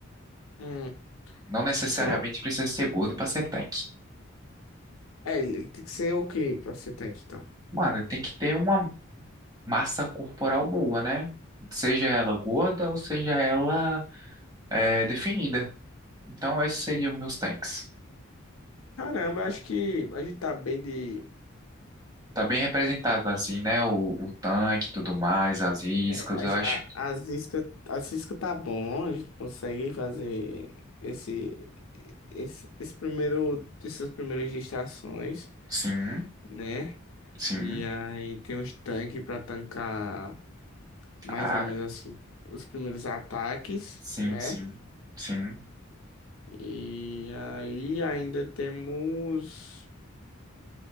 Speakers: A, on the left (about 85°); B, on the right (about 20°).
A: Hum.
B: Não necessariamente
A: Tô...
B: precisa ser gordo pra ser tanque.
A: É, ele ele tem que ser o quê pra você ter aqui, então?
B: Mano, tem que ter uma massa corporal boa, né? Seja ela gorda ou seja ela é, definida. Então, esses seriam meus tanques.
A: Caramba, acho que a gente tá bem de.
B: Tá bem representado, assim, né? O, o tanque e tudo mais, as iscas,
A: É, a,
B: eu
A: gen-
B: acho.
A: a,
B: que-
A: as Zisca, a Zisca tá bom, a gente consegue fazer esse, esse, esse primeiro, essas primeiras distrações,
B: Sim,
A: né?
B: sim.
A: E aí tem os tanques pra tancar mais
B: Ah,
A: ou menos assim os primeiros ataques,
B: sim,
A: né?
B: sim, sim.
A: E aí ainda temos.